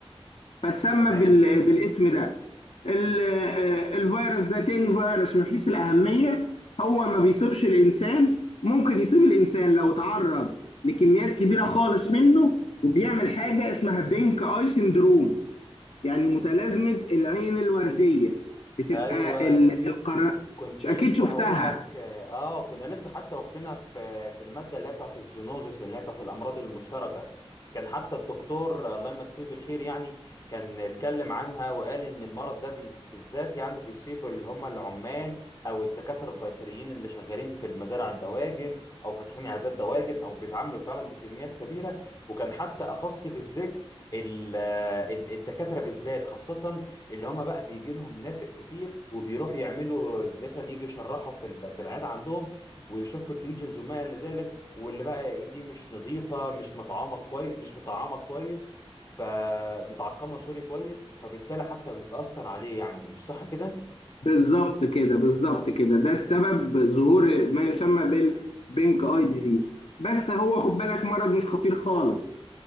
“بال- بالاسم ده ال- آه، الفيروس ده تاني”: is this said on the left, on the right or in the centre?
Left